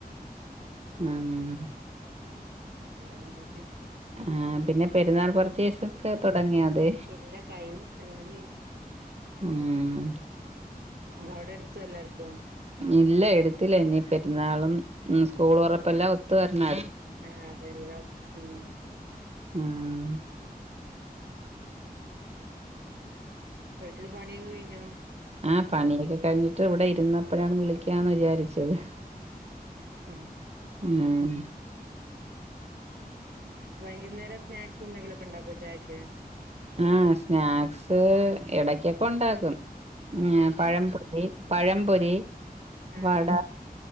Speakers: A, on the right; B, on the right.
A: ആഹ്
B: വെറെ ന്തൊക്കെ
A: ആഹ് പിന്നെ പെരുന്നാൾ കുറച്ചുദിവസം തൊട്ങ്ങിയൊഅത്
B: ഇല്ലാ കൈ <unintelligible>
A: ആഹ്
B: അവ്ടെ ട്ത്തല്ലാർക്കും.
A: ഇല്ല എട്ത്തില്ല ഇനി പെരുന്നാളും സ്കൂൾ തൊറപ്പല്ലാം ഒത്തു വരണാ
B: ആഹ് അതെല്ലാം ഉം
A: <unintelligible>
B: വീട്ടില് പണിയൊക്കെ കഴിഞ്ഞോ?
A: ആ പണിയൊക്കെ കഴിഞ്ഞിട്ട് ഇവടെ ഇരുന്നപ്പഴാണ് വിളിക്കാന്ന് വിചാരിച്ചത്.
B: ഉം ഉം
A: ഉം
B: വൈകുന്നേരം സ്നാക്സെന്തെങ്കിലൊക്കെ ഉണ്ടാക്കോ ചായക്ക്.
A: ആഹ് സ്നാക്സ് എടക്കൊക്കെ ണ്ടാക്കും പഴം.
B: ഏഹ്
A: പഴം പൊരി,
B: ആഹ്
A: വട,